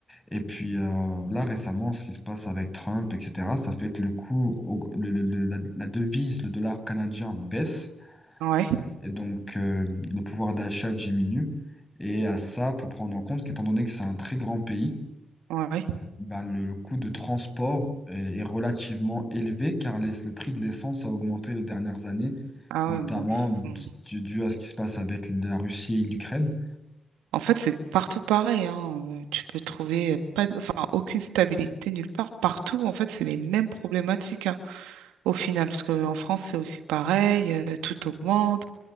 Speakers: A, on the left; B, on the right.
A: Et puis euh, là, récemment, ce qui se passe avec Trump, etc., ça fait que le cours, au- le- le- le- la, la devise, le dollar canadien baisse,
B: Ouais,
A: et donc euh, le pouvoir d'achat diminue. Et à ça, pour prendre en compte qu'étant donné que c'est un très grand pays,
B: ouais.
A: ben, le, le coût de transport est, est relativement élevé car les- le prix de l'essence a augmenté les dernières années,
B: Ah
A: notamment
B: oui, bon.
A: d-
B: hmm.
A: dû dû à ce qui se passe avec la Russie et l'Ukraine.
B: En fait, c'est partout pareil, hein. euh, Tu peux trouver pas, de- enfin, aucune stabilité nulle part. Partout, en fait, c'est les mêmes problématiques, hein. au final, parce qu'en France, c'est aussi pareil, euh, tout augmente.